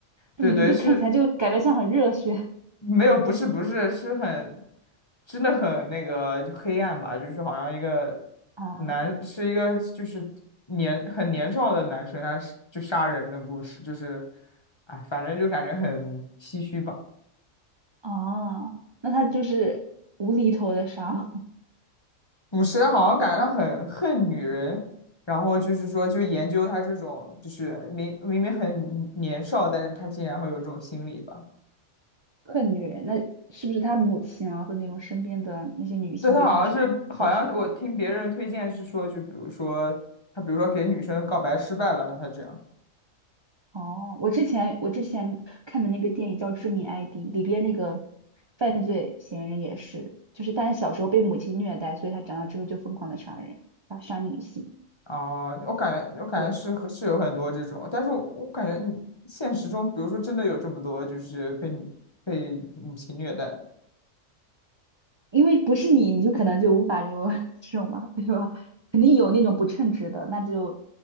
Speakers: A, on the right; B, on the left.
A: 这名字看起来就感觉像很热血
B: 对对，是没有，不是不是，是很，真的很那个就黑暗吧，就是好像一个
A: 啊
B: 男，是一个就是年很年少的男生，他是就杀人的故事，就是，哎，反正就感觉很唏嘘吧。
A: 啊，那他就是无厘头的杀吗，
B: 捕食人好像感觉他很恨女人，然后就是说就研究他这种，就是明明明很年少，但是他竟然会有这种心理吧。
A: <laughs> 恨女人，那是不是他母亲啊，或者那种身边的那些女性对他受所伤害？
B: 对，他好像是，好像我听别人推荐是说，就比如说他，比如说给女生告白失败了，他这样。
A: 哦，我之前我之前看的那个电影叫《致命 ID》，里边那个犯罪嫌疑人也是，就是但是小时候被母亲虐待，所以他长大之后就疯狂的杀人，啊，杀女性。
B: 哦、我感觉我感觉是和是有很多这种，
A: 对，
B: 但是我我感觉你现实中，比如说真的有这么多就是被女被母亲虐待的，
A: 因为不是你，你就可能就无法这种 <laughs> 这种嘛，对吧？肯定有那种不称职的，那就